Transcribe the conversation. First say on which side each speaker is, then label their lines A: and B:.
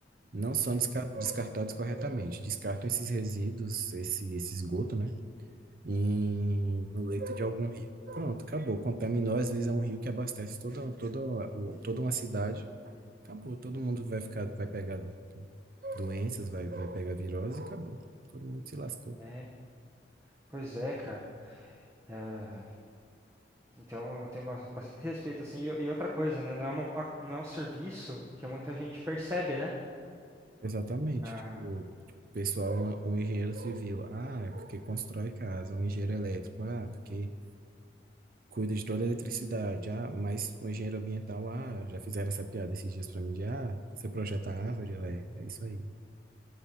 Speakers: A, on the right (about 50°); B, on the right (about 15°).
A: não são
B: uhum.
A: desca- descartados corretamente. Descartam esses resíduos, esse, esse esgoto, né, em, no leito de algum rio. Pronto, acabou. Contaminou, às vezes é um rio que abastece toda, toda, o- toda uma cidade. Acabou, todo mundo vai ficar, vai pegar doenças, vai, vai pegar virose e acabou. Todo mundo se lascou.
B: É, pois é, cara. É, então eu tenho ba- bastante respeito assim. E, e outra coisa, né, não é uma- não é um serviço que muita gente percebe, né?
A: Exatamente.
B: Ah,
A: Tipo, o pessoal, um um engenheiro civil, ah, é porque constrói casa, um engenheiro elétrico, ah, porque cuida de toda a eletricidade, ah, mas um engenheiro ambiental, ah, já fizeram essa piada esses dias pra mim de, ah, você projeta árvore, ué, é é isso aí.